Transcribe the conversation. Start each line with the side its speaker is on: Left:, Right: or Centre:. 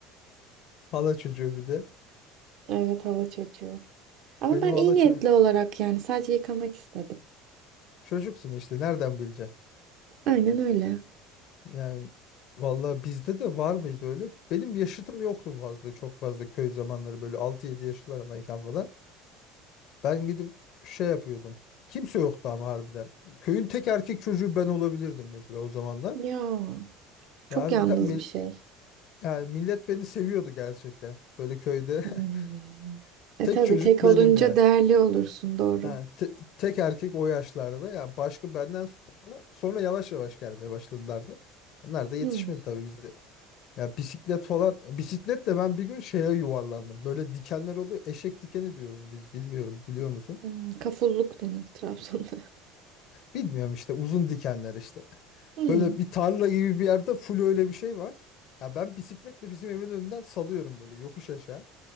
Left: Hala çocuğu bir de.
Right: Evet hala çocuğu. Ama
Left: Benim
Right: ben
Left: hala
Right: iyi
Left: ço-
Right: niyetli olarak yani sadece yıkamak istedim.
Left: çocuksun işte nereden bileceksin?
Right: Aynen öyle.
Left: Yani vallahi bizde de var mıydı öyle? Benim yaşıtım yoktu fazla çok fazla köy zamanları böyle 6-7 yaşlarındayken falan. Ben gidip şey yapıyordum. Kimse yoktu ama harbiden. Köyün tek erkek çocuğu ben olabilirdim mesela o zamanlar.
Right: Ya çok
Left: Ya harbiden
Right: yalnız
Left: mi-
Right: bir şey.
Left: yani millet beni seviyordu gerçekten. Böyle köyde
Right: Hmm.
Left: <laughs>
Right: E
Left: tek
Right: tabii
Left: çocuk
Right: tek olunca
Left: benim ya.
Right: değerli olursun doğru.
Left: Ha, te- tek erkek o yaşlarda ya başka benden sonra sonra yavaş yavaş gelmeye başladılardı. Onlar da yetişmedi
Right: Hmm.
Left: tabii bize. Ya bisiklet falan bisikletle ben bir gün şeye yuvarlandım. Böyle dikenler oluyor. Eşek dikeni diyoruz biz. Bilmiyorum biliyor musun?
Right: Hmm, Kafulluk denir Trabzon'da. <laughs>
Left: Bilmiyorum işte uzun dikenler işte.
Right: Hmm.
Left: Böyle bir tarla gibi bir yerde full öyle bir şey var. Ya ben bisikletle bizim evin önünden salıyorum böyle yokuş aşağı.